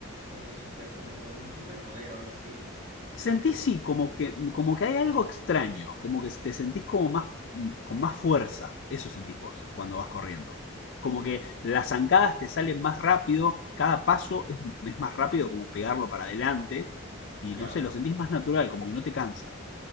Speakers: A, on the right; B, on the left.
A: como super, como con un superpoder o algo así. En,
B: Sentís sí, como que, como que hay algo extraño, como que te sentís como más, mm, con más fuerza, eso sentís vos cuando vas corriendo. Como que las zancadas te salen más rápido, cada paso es, es más rápido como pegarlo para adelante y
A: ya.
B: no sé, lo sentís más natural, como que no te cansa.